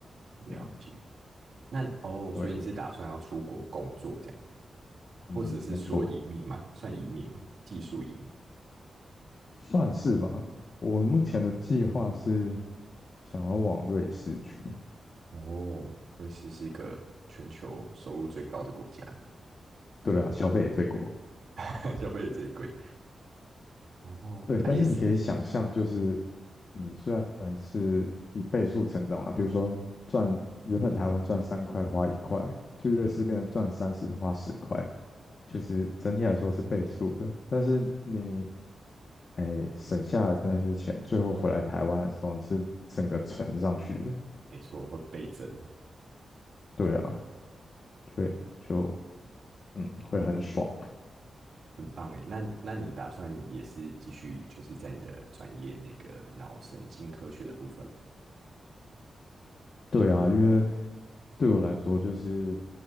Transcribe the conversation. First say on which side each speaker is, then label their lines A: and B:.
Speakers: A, on the right; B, on the left.
A: 了解。
B: 嗯，
A: 那哦，
B: 对啊，
A: 所以你是打算要出国工作这样，或者是说移民吗？
B: 嗯，没错，
A: 算移民吗？技术移民？
B: 算是吧。我目前的计划是想要往瑞士去，
A: 哦，瑞士是一个全球收入最高的国家，
B: 对啊，消费也最高。
A: <laughs> 消费也最贵。哦，
B: 对，
A: 那也是
B: 但是你可以想象，就是你虽然是以倍数成长啊，比如说赚原本台湾赚三块花一块，就瑞士变成赚三十花十块，就是整体来说是倍数的。但是你诶省下来的那些钱，最后回来台湾的时候是整个乘上去的。
A: 没错，会倍增。
B: 对啊，就会就嗯会很爽。
A: 很棒哎，那那你打算也是继续就是在你的专业那个脑神经科学的部分吗？
B: 对啊，因为对我来说就是